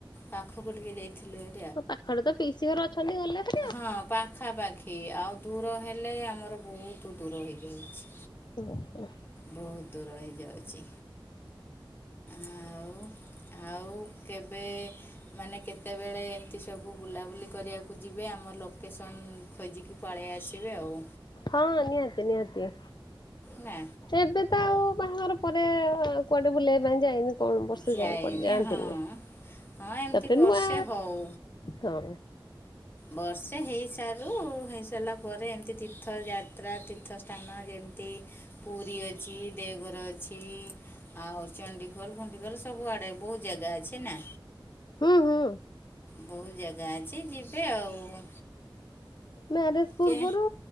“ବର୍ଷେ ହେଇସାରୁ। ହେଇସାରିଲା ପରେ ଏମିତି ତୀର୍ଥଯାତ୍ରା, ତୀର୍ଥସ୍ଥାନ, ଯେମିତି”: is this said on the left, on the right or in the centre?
Left